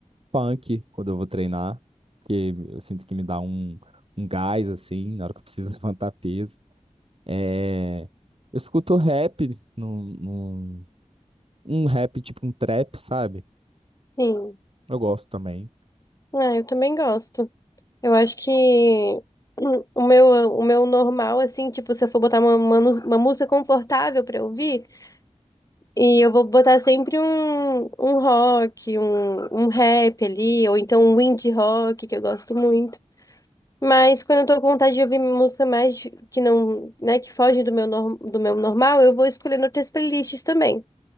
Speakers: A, on the right; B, on the left.
A: funk quando eu vou treinar, porque eu sinto que me dá um, um gás assim, na hora que eu preciso <laughs> levantar peso. É, eu escuto rap, num, num- um rap tipo um trap, sabe?
B: Sim.
A: Eu gosto também.
B: Ah, eu também gosto. Eu acho que <clears throat> hum, o meu, o meu normal, assim, tipo, se eu for botar uma, uma, nu- uma música confortável pra ouvir, e eu vou botar sempre um, um rock, um, um rap ali, ou então um indie rock, que eu gosto muito. Mas quando eu tô com vontade de ouvir música mais de- que não, né, que foge do meu, nor- do meu normal, eu vou escolhendo outras playlists também.